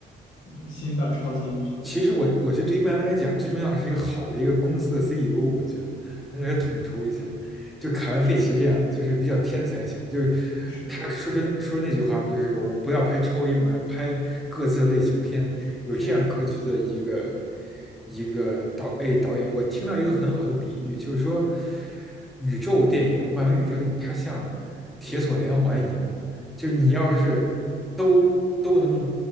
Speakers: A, on the left (about 80°); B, in the centre.
A: 嗯，新的超级英雄，
B: 其实我我觉得对于漫威来讲，最重要的是一个好的一个公司的 CEO，我觉得能给他统筹一下。就凯文·
A: 是
B: 费奇这样的，就是比较天才型，就是
A: 是，
B: 他说出说出那句话嘛，就是我们不要拍超英，我们要拍各自的类型片，有这样格局的一个
A: 确实
B: 一个导哎导演。我听到一个很好的比喻，就是说宇宙电影、漫威宇宙电影，它像铁索连环一样，就是你要是都都能